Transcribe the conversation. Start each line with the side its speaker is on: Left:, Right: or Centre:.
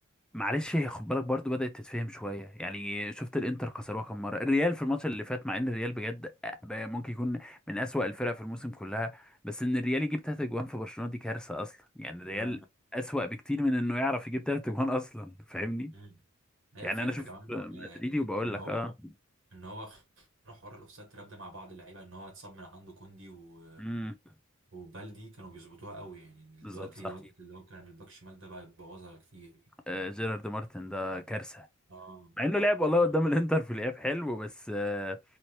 Centre: معلش هي خد بالك برضو بدأت تتفهم شوية يعني شفت الانتر كسروها كم مرة الريال في الماتش اللي فات مع ان الريال بجد ممكن يكون من أسوأ الفرق في الموسم كلها بس ان الريال يجيب تلات اجوان في برشلونة دي كارثة اصلا يعني الريال
Right: آه.
Centre: أسوأ بكتير من انه يعرف يجيب تلات اجوان اصلا فاهمني
Right: مم. هي
Centre: يعني
Right: الفكرة
Centre: انا شفت
Right: كمان
Centre: مدريدي
Right: آه،
Centre: وبقول
Right: ان هو
Centre: لك اه
Right: ان هو خ- حوار الاوفسايد تراب ده مع بعض اللعيبة ان هو اتصاب من عنده كوندي و...
Centre: امم
Right: وبالدي كانوا بيظبطوها قوي يعني دلوقتي
Centre: بالظبط صح
Right: الواد اللي هو كان الباك شمال ده بقى يبوظها كتير يعني.
Centre: آه جيرارد مارتن ده كارثة
Right: اه
Centre: مع انه لعب والله
Right: مم.
Centre: قدام الانتر في الاياب حلو بس آه،